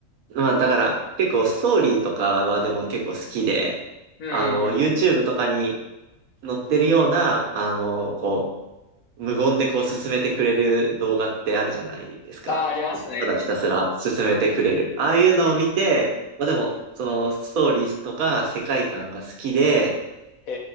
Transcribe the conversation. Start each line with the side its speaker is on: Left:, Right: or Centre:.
Right: まあだから結構ストーリーとかはでも結構好きで、
Left: うん。うん。
Right: あの
Left: うん。うん。
Right: YouTube
Left: うん
Right: とかに乗ってるような、あの、こう、無言でこう進めてくれる動画ってあるじゃないですか。
Left: あ、ありますね。
Right: ただひたすら進めてくれる。
Left: うん。
Right: ああいうのを見て、
Left: うん。
Right: まあでも、そのストーリーとか世界観が好きで、
Left: へ